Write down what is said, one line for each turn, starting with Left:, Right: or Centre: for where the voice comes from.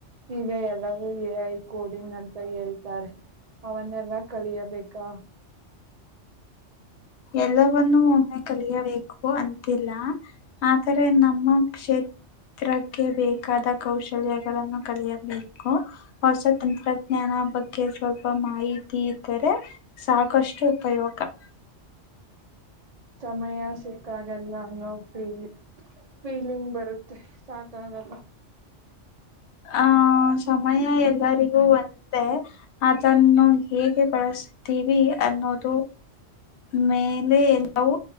Right: ಈಗ ಎಲ್ಲವೂ ಎ ಐ ಕೋಡಿಂಗ್ ಅಂತ ಹೇಳ್ತಾರೆ ಅವನ್ನೆಲ್ಲಾ ಕಳಿಯಬೇಕಾ
Left: ಎಲ್ಲವನ್ನೂ ಒಮ್ಮೆ ಕಲಿಯಬೇಕು ಅಂತಿಲ್ಲ ಆದರೆ ನಮ್ಮ ಕ್ಷೇತ್ರಕ್ಕೆ ಬೇಕಾದ ಕೌಶಲ್ಯಗಳನ್ನು ಕಲಿಯಬೇಕು ಹೊಸ ತಂತ್ರಜ್ಞಾನ ಬಗ್ಗೆ ಸ್ವಲ್ಪ ಮಾಹಿತಿ ಇದ್ದರೆ ಸಾಕಷ್ಟು ಉಪಯೋಗ
Right: ಸಮಯ ಸಿಕ್ಕಾಗಲ್ಲ ಅನುಭೋಗಿಸಿದ್ದೇವೆ ಫೀಲಿಂಗ್ ಬರುತ್ತೆ ಸಾಕಾಗಲ್ಲ
Left: ಆಹ ಸಮಯ ಎಲ್ಲರಿಗೂ ಒಂದೇ ಅದನ್ನು ಹೇಗೆ ಬಳಸತೀವಿ ಅನ್ನೋದು ಮೇಲೆ ಎಲ್ಲವೂ